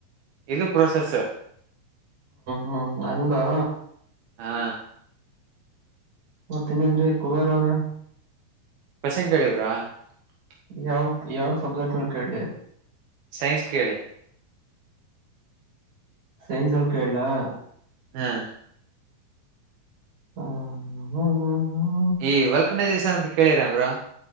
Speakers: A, on the right; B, on the right.
A: ಇದು ಪ್ರೊಸೆಸ್.
B: ಹ್ಮ್ ಹಂಗಾ.
A: ಹಾ.
B: ಮತ್ತ ಇನ್ನೇನ್ರಿ ಕುಬೇರ ಅವ್ರೆ.
A: <unintelligible>
B: ಯಾವ್ ಯಾವ್ ಸಬ್ಜೆಕ್ಟ್ ಮೇಲ್ ಕೇಳ್ಲಿ.
A: ಸೈನ್ಸ್ ಕೇಳಿ.
B: ಸೈನ್ಸಲ್ ಕೇಳ್ಲಾ.
A: ಹಾ.
B: ಹ್ಮ್ ಹ್ಮ್ ಹ್ಮ್ ಹ್ಮ್.
A: ಈ ವಲ್ಕನೈಸೇಶನ್ ಅಂತ ಕೇಳಿರ್ಯಾ ಬ್ರೋ.